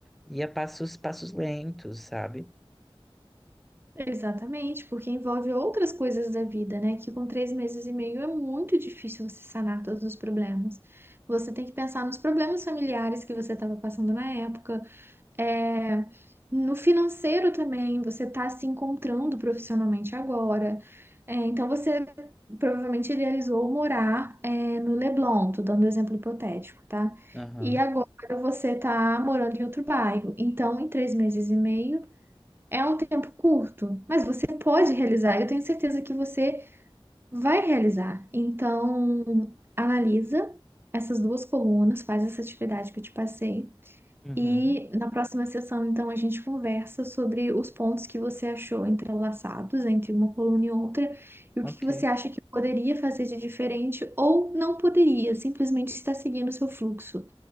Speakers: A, in the centre; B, on the right.
A: ir a passos, passos lentos, sabe?
B: Exatamente, porque envolve outras coisas da vida, né? Que com três meses e meio é muito difícil você sanar todos os problemas. Você tem que pensar nos problemas familiares que você estava passando na época, é, no financeiro também, você está se encontrando profissionalmente agora. É, então você provavelmente idealizou morar, é, no Leblon, tô dando um exemplo hipotético, tá?
A: Aham.
B: E agora você está morando em outro bairro. Então, em três meses e meio. É um tempo curto, mas você pode realizar. Eu tenho certeza que você vai realizar. Então, analisa essas duas colunas, faz essa atividade que eu te passei.
A: Uhum.
B: E na próxima sessão, então, a gente conversa sobre os pontos que você achou entrelaçados entre uma coluna e outra e o
A: Ok.
B: que que você acha que poderia fazer de diferente ou não poderia, simplesmente está seguindo o seu fluxo,